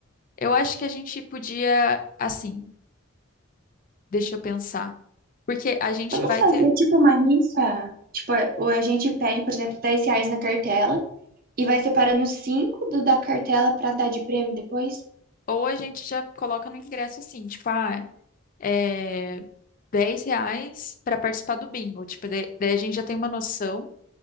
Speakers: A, on the left; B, on the right.
A: Eu acho que a gente podia, assim, deixa eu pensar. Porque a gente
B: Vamos
A: vai
B: fazer
A: ter.
B: tipo uma rifa? Tipo, ou a gente pede, por exemplo, 10 reais na cartela e vai separando 5 do, da cartela pra dar de prêmio depois?
A: Ou a gente já coloca no ingresso assim, tipo, ah, é, 10 reais para participar do bingo. Tipo, da- daí a gente já tem uma noção